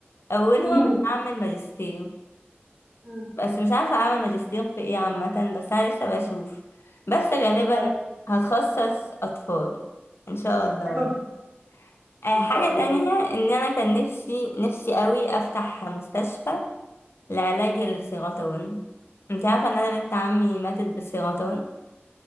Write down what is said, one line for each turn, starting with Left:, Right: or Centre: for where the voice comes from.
Left: اولهم
Right: فيني
Left: اعمل ماجستير
Right: مم.
Left: بس مش عارفة اعمل ماجستير في ايه عامة بس انا لسه بشوف بس غالبا
Right: حلو
Left: هتخصص اطفال ان شاء الله
Right: حلو
Left: يعني آه،
Right: إن
Left: حاجة
Right: شاء الله
Left: تانية ان انا كان نفسي نفسي قوي افتح مستشفى لعلاج السرطان انت عارفة ان انا بنت عمي ماتت بالسرطان